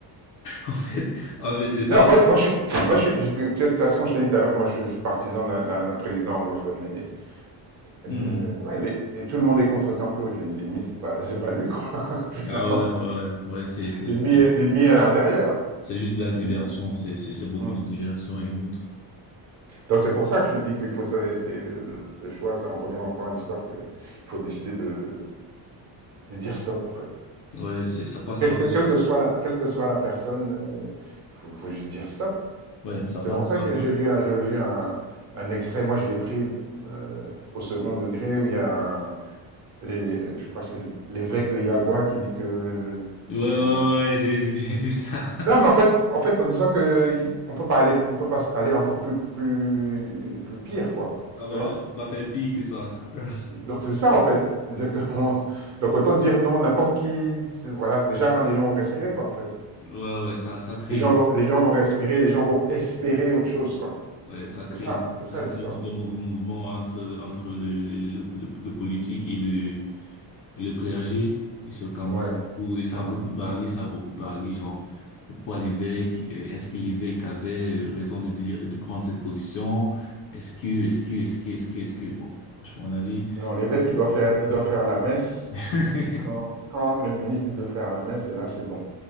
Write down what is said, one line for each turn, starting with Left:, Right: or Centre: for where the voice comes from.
Left: En fait, en fait, c'est ça.
Right: Non, moi, moi, je suis, moi, je suis, je- tu vois, de toute façon, je t'ai dit tout à l'heure que moi, je, je suis partisan d'un d'un- d'un président anglophone, mais
Left: Mhm.
Right: euh, ouais, les- et tout le monde est contre Kamto. J'ai dit, l'ennemi, c'est pas, c'est pas lui, quoi, <laughs> finalement.
Left: Ah ouais, ouais, ouais, Ouais, c'est, c'est,
Right: L'ennemi,
Left: c'est,
Right: est- l'ennemi est à l'intérieur.
Left: c'est juste de la
Right: L'ennemi
Left: diversion, c'est, c'est, c'est beaucoup
Right: est- Mm.
Left: de diversion et autres.
Right: Donc c'est pour ça que je dis qu'il faut, ça- c'est le, le choix. ça- On revient encore à l'histoire que il faut décider de, de dire stop, en fait.
Left: Ouais, c'est, ça passe
Right: Quelle
Left: pas.
Right: que, quelle que soit la, quelle que soit la personne, euh, faut, faut juste dire stop.
Left: Ouais, ça
Right: C'est
Left: passe
Right: pour
Left: pas.
Right: ça que j'ai vu un- j'avais vu un, un extrait, moi je l'ai pris euh, au second degré, où il y a un- les, je crois que c'est l'évêque de Yagua qui dit que...
Left: Ouais, ouais,
Right: Comment...
Left: ouais, j'ai, j'ai j'ai vu ça. <laughs>
Right: Non, mais en fait, en fait, en disant que on peut pas aller, on peut pas aller encore plus, plus, plus pire, quoi.
Left: Ah
Right: Tu
Left: ouais,
Right: vois?
Left: on peut pas faire pire que ça. <laughs>
Right: Donc c'est ça, en fait. C'est-à-dire que on- donc autant dire non, n'importe qui, c'est- voilà, déjà hein, les gens vont respirer, quoi, en fait.
Left: Ouais, ouais, ça, ça crée,
Right: Les gens vont, les gens vont respirer, les gens vont espérer autre chose, quoi.
Left: ouais, ça
Right: C'est
Left: crée,
Right: ça, c'est ça
Left: ça
Right: l'histoire.
Left: crée tout un mouve- mouvement entre, entre le, le, le, le, le politique et le, et le clergé, ici au Cameroun.
Right: Ouais.
Left: Où, et ça
Right: Mhm.
Left: a beaucoup parlé, ça a beaucoup parlé, genre, pourquoi l'évêque, euh, est-ce que l'évêque avait euh, raison de dire, de prendre cette position? Est-ce que, est-ce que, est-ce que, est-ce que, est-ce que, bon, franchement, on a dit.
Right: Non, l'évêque, il doit faire, il doit faire la messe
Left: <laughs>
Right: quand, quand le ministre dit de faire la messe, et là, c'est bon.